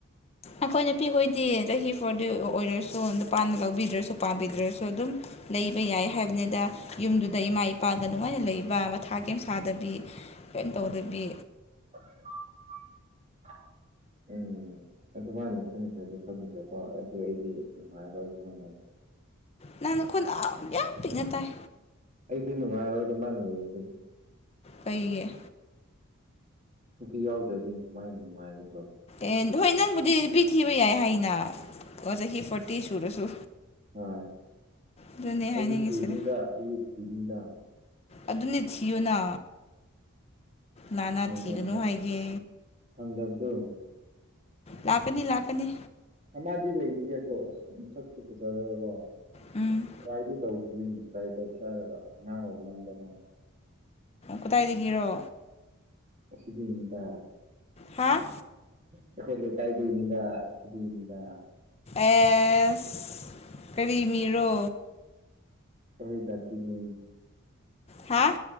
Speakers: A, on the left; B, on the right.
A: ꯑꯩꯈꯣꯏ ꯅꯨꯄꯤꯈꯣꯏꯗꯤ ꯆꯍꯤ ꯐꯥꯎꯗꯤ ꯑꯣꯏꯔꯁꯨ ꯅꯨꯄꯥꯥꯟꯅ ꯂꯧꯕꯤꯗ꯭ꯔꯁꯨ ꯄꯥꯝꯕꯤꯗ꯭ꯔꯁꯨ ꯑꯗꯨꯝ ꯂꯩꯕ ꯌꯥꯏ ꯍꯥꯏꯕꯅꯤꯗ ꯌꯨꯝꯗꯨꯗ ꯏꯃꯥ ꯏꯄꯥꯗ ꯅꯨꯡꯉꯥꯏꯅ ꯂꯩꯕ ꯃꯊꯥ ꯀꯦꯝ ꯁꯥꯗꯕꯤ ꯀꯃꯩꯅꯅ ꯇꯧꯗꯕꯤ
B: <inaudible> ꯎꯝ ꯑꯗꯨꯃꯥꯏꯅ ꯈꯟꯈ꯭ꯔꯗꯤ ꯈꯪꯗ꯭ꯔꯦꯀꯣ ꯑꯗꯨ ꯑꯩꯗꯤ ꯑꯗꯨ ꯍꯥꯏꯔꯣꯏ ꯑꯗꯨ ꯃꯉ
A: ꯅꯪꯅꯈꯣꯟꯗ ꯌꯥꯝ ꯌꯥꯝ ꯄꯤꯛꯅ ꯇꯥꯏ
B: ꯑꯩꯗꯤ ꯅꯨꯡꯉꯥꯏꯔꯣꯏꯗ ꯃꯥꯅ ꯂꯩꯔ ꯑꯗꯨꯣꯏꯅꯤ
A: ꯀꯩꯌꯦ
B: ꯅꯨꯡꯇꯤ ꯌꯥꯎꯗ꯭ꯔꯗꯤ ꯀꯨꯃꯥꯏꯅ ꯅꯨꯡꯉꯥꯏꯒꯗ꯭ꯔꯣ
A: ꯑꯦ ꯍꯣꯏ ꯅꯪꯕꯨꯗꯤ ꯅꯨꯄꯤ ꯊꯤꯕ ꯌꯥꯏ ꯍꯥꯏꯅ ꯑꯣ ꯆꯍꯤ ꯐꯣꯔꯇꯤ ꯁꯨꯔꯁꯨ
B: ꯍ
A: ꯑꯗꯨꯅꯦ ꯍꯥꯏꯅꯤꯡꯉꯤꯁꯤꯗ
B: ꯑꯩꯒꯤ ꯊꯤꯅꯤꯗ ꯑꯩꯒꯤ ꯊꯤꯅꯤꯗ
A: ꯑꯗꯨꯅꯤ ꯊꯤꯌꯨꯅ ꯂꯥꯟꯅꯥ
B: ꯐꯪꯗꯕꯗꯣ
A: ꯊꯤꯒꯅꯨ ꯍꯥꯏꯒꯦ
B: ꯐꯪꯗꯕꯗꯣ
A: ꯂꯥꯛꯀꯅꯤ ꯂꯥꯛꯀꯅꯤ
B: ꯑꯃꯗꯤ ꯂꯩꯔꯤꯌꯦ ꯑꯗꯣ ꯑꯁ ꯃꯁꯛꯇꯣ ꯐꯖꯔꯒꯀꯣ
A: ꯎꯝ
B: <unintelligible> ꯇꯧꯗꯔꯤꯅꯦ ꯇ꯭ꯔꯥꯏ ꯇꯧꯁꯦ ꯍꯥꯏꯔꯒ ꯑꯉꯥꯡ ꯑꯣꯏ ꯃꯟꯕ ꯃꯥꯗꯣ
A: ꯀꯗꯥꯏꯗꯒꯤꯔꯣ
B: ꯑꯁꯤꯗꯩꯅꯤꯗ
A: ꯍꯥ
B: ꯑꯩꯈꯣꯏ ꯂꯩꯀꯥꯏꯗꯩꯅꯤꯗ ꯁꯤꯗꯩꯅꯤꯗ
A: ꯑꯦꯁ ꯀꯔꯤ ꯃꯤꯔꯣ
B: ꯑꯍꯣꯏ ꯖꯥꯇꯤꯅꯦ
A: ꯍꯥ